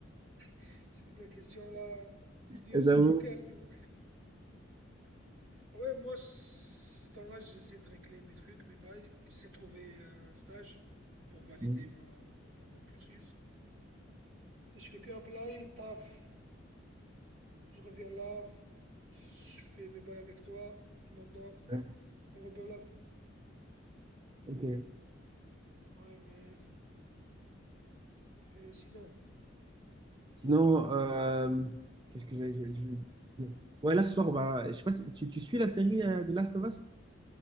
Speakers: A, on the right; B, on the right.
A: <laughs> c'est la question là.
B: <laughs>
A: J'utilise
B: Et J'avoue.
A: mon joker, tu vois. Ouais, moi, ce temps-là, j'essaie de régler mes trucs, mes bails. J'essaie de trouver un stage pour valider
B: Mm.
A: moi, genre mon cursus. Et je fais que apply, taf, je reviens là, je fais mes bails avec toi, je m'endors
B: Ouais,
A: et rebelote.
B: Ok.
A: Ouais, mais et sinon,
B: Sinon, euh, qu'est-ce que j'allais j'allais- je voulais dire? Ouais, là ce soir, on va. Je sais pas si tu, tu suis la série euh, de Last of Us?